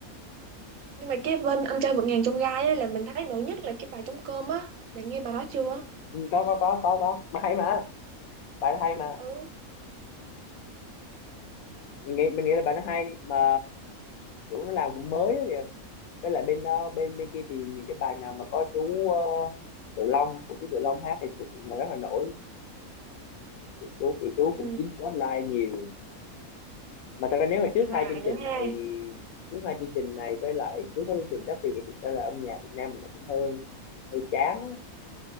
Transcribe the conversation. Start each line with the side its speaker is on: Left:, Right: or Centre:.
Right: nhưng mà cái bên anh trai vượt ngàn chông gai á là mình thấy nổi nhất là cái bài trống cơm á bạn nghe bài đó chưa
Left: Ừ, có có có có có mà hay mà bài nó hay mà
Right: ừ
Left: mình nghĩ mình nghĩ là bài nó hay mà kiểu nó làm cũng mới á kìa với lại bên đó bên bên kia thì những cái bài nào mà có chú ờ, Tự Long của chú Tự Long hát thì thực sự là rất là nổi chú kiểu chú
Right: ừ
Left: cũng chiếm spotlight nhiều mà thật ra nếu mà
Right: hài
Left: trước hai chương
Right: nữa
Left: trình này
Right: ha
Left: trước hai chương trình này với lại trước cái chương trình Rap Việt thì thực ra là âm nhạc Việt Nam mình nó cũng hơi hơi chán á.